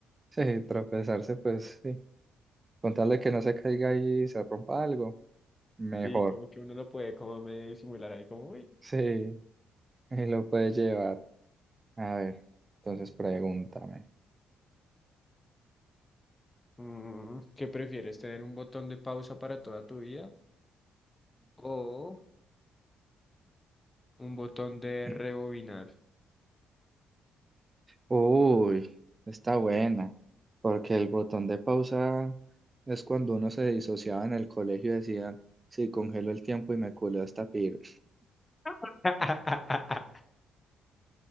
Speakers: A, on the right; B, on the left.
A: Sí,
B: Es que-
A: tropezarse, pues sí. Con tal de que no se caiga y se rompa algo, mejor.
B: Sí, como que uno lo puede como medio disimular ahí, como, uy.
A: Sí, <laughs> y lo puede llevar. A ver, entonces pregúntame.
B: Mm, ¿qué prefieres, tener un botón de pausa para toda tu vida o un botón de
A: Ujú.
B: rebobinar?
A: Uy, está buena, porque el botón de pausa es cuando uno se disociaba en el colegio y decía, sí, congelo el tiempo y me culeo esta piro.
B: <laughs>